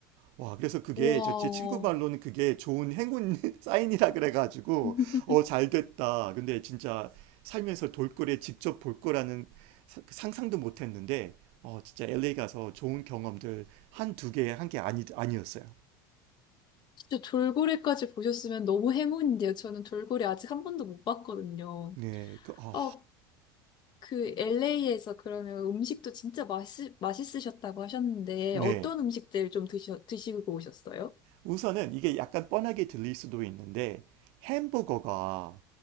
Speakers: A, on the right; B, on the left.
A: 와, 그래서 그게
B: 와.
A: 저 제 친구 말로는 그게 좋은 행운 <laughs> 사인이라 그래가지고
B: <laughs>
A: 어, 잘 됐다. 근데 진짜 살면서 돌고래 직접 볼 거라는 사- 그 상상도 못 했는데 어, 진짜 LA 가서 좋은 경험들 한두 개 한 게 아니 아니었어요.
B: 진짜 돌고래까지 보셨으면 너무 행운인데요. 저는 돌고래 아직 한 번도 못 봤거든요.
A: 네, 그 아,
B: 어, 그 LA에서 그러면 음식도 진짜 맛있, 맛있으셨다고 하셨는데
A: 네.
B: 어떤 음식들 좀 드셔, 드시고 오셨어요?
A: 우선은 이게 약간 뻔하게 들릴 수도 있는데 햄버거가